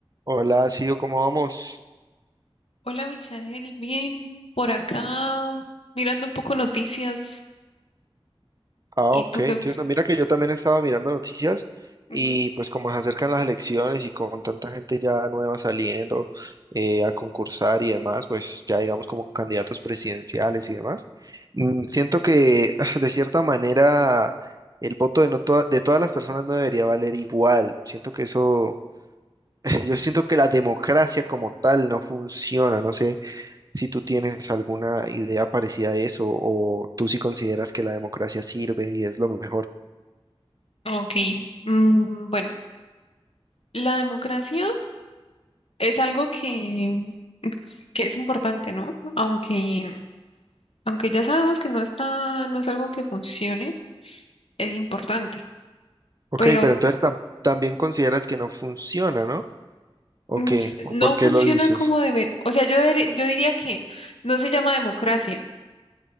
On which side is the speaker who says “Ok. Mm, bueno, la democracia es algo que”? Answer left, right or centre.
Left